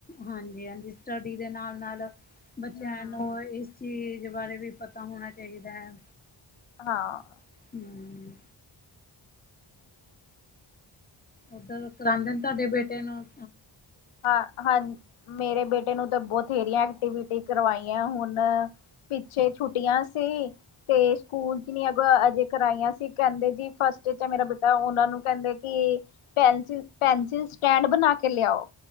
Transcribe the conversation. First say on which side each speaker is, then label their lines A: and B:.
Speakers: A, on the left; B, on the left.
A: ਹਾਂਜੀ-ਹਾਂਜੀ ਸਟੱਡੀ ਦੇ ਨਾਲ-ਨਾਲ ਬੱਚਿਆਂ
B: ਹੂੰ।
A: ਨੂੰ ਇਸ ਚੀਜ਼ ਬਾਰੇ ਵੀ ਪਤਾ ਹੋਣਾ ਚਾਹੀਦਾ ਹੈ।
B: ਹਾਂ।
A: ਹਮ। ਓਧਰ ਉ ਕਰਾਂਦੇ ਨੇ ਤੁਹਾਡੇ ਬੇਟੇ ਨੂੰ?
B: ਹਾਂ-ਹਾਂ ਮੇਰੇ ਬੇਟੇ ਨੂੰ ਤਾਂ ਬਥੇਰੀਆਂ ਐਕਟੀਵਿਟੀ ਕਰਵਾਈਆਂ ਹੁਣ। ਪਿਛੇ ਛੁੱਟੀਆਂ ਸੀ। ਤੇ ਸਕੂਲ ਚ ਨੀ-ਅਗ-ਅ-ਅਜ ਕਰਾਈਆਂ ਸੀ। ਕਹਿੰਦੇ ਜੀ ਫਸਟ ਚ ਮੇਰਾ ਬੇਟਾ ਉਹਨਾ ਨੂੰ, ਕਹਿੰਦੇ ਕਿ ਪੈਨਸਿਲ-ਪੈਨਸਿਲ ਸਟੈਂਡ ਬਣਾ ਕੇ ਲਿਆਓ?